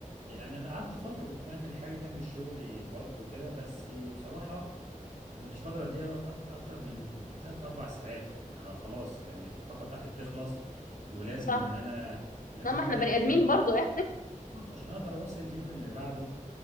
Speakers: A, on the right; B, on the left.
A: يعني انا قعدت فترة كنت بعمل حاجة جنب الشغل برضو كده بس بصراحة ما كنتش بقدر اديها وقت أكت- اكتر من من تلات اربع ساعات لان انا خلاص كان الطاقة بتاعتي بتخلص ولازم
B: صح
A: ان انا لازم
B: لا ما احنا
A: ان انا
B: بني
A: انام
B: ادمين برضو يعني
A: عشان اقدر اواصل اليوم اللي بعده